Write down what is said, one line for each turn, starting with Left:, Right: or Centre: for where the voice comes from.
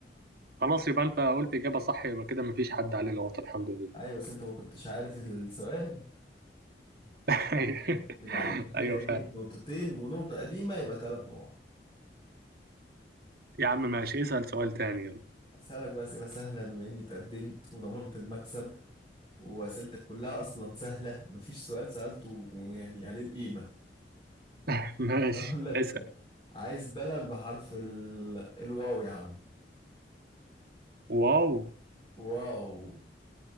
Right: خلاص يبقى انت قلت اجابة صح يبقى كده مفيش حد عليه نقطة الحمد لله
Left: ايوه بس انت ما كنتش عارف السؤال
Right: <laughs> ايوه
Left: يبقى عليك كده
Right: ايوه
Left: ايه
Right: فعلا
Left: نقطتين ونقطة قديمة يبقى ثلاث نقط
Right: يا عم ماشي اسأل سؤال تاني يلا
Left: أسألك بقى أسئلة سهلة بما إني تقدمت وضمنت المكسب وأسئلتك كلها أصلا سهلة مفيش سؤال سألته يعني عليه القيمة
Right: <laughs> ماشي
Left: أقول لك
Right: اسأل
Left: عايز بلد بحرف ال... الواو يا عم
Right: واو
Left: واو